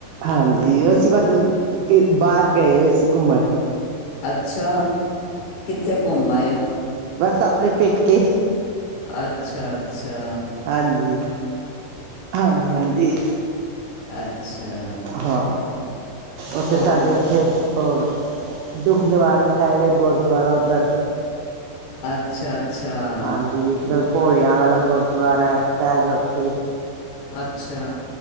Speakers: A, on the right (about 85°); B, on the left (about 75°).
A: ਹਾਂਜੀ, ਉਹ ਅਸੀਂ ਬਸ ਬਾਹਰ ਗਏ ਹੋਏ ਸੀ ਘੁੰਮਣ
B: ਅੱਛਾ, ਕਿੱਥੇ ਘੁੰਮ ਆਏ ਹੋ
A: ਬਸ ਆਵਦੇ ਪੇਕੇ
B: ਅੱਛਾ-ਅੱਛਾ।
A: ਹਾਂਜੀ -ਹਾਂਜੀ! -ਹਾਂਜੀ।
B: ਅੱਛਾ।
A: ਹਾਂ ਉੱਥੇ
B: ਹੋਰ
A: ਸਾਡੇ ਇੱਥੇ ਹੋਰ ਦੁੱਖ ਨਿਵਾਰਨ ਸਾਹਿਬ ਗੁਰਦੁਆਰਾ ਉੱਧਰ
B: ਅੱਛਾ- ਅੱਛਾ।
A: ਹਾਂਜੀ, ਇੱਕ ਘੋੜਿਆਂ ਵਾਲਾ ਗੁਰਦੁਆਰਾ ਸਾਹਿਬ ਉੱਥੇ
B: ਅੱਛਾ,